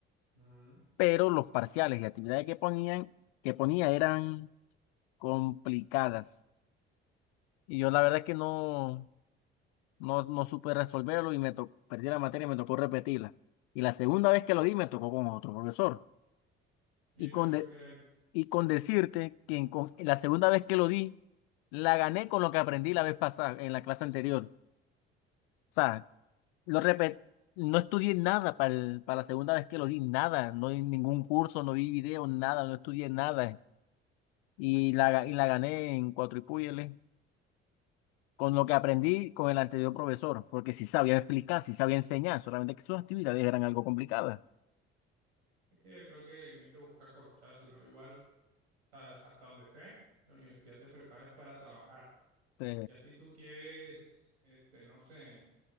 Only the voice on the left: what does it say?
pero los parciales y actividades que ponían, que ponía eran complicadas. Y yo la verdad es que no, no, no supe resolverlo y me to- perdí la materia y me tocó repetirla. Y la segunda vez que lo di, me tocó con otro profesor.
Y
con,
de-
Y con decirte que en con- la segunda vez que lo di, la gané con lo que aprendí la vez pasada, en la clase anterior. O sea, lo repet- no estudié nada para la segunda vez que lo di, nada. No di ningún curso, no vi video, nada, no estudié nada. Y la, ga- y la gané en cuatro y púyele con lo que aprendí con el anterior profesor, porque sí sabía explicar, sí sabía enseñar, solamente que sus actividades eran algo complicadas.
Sí,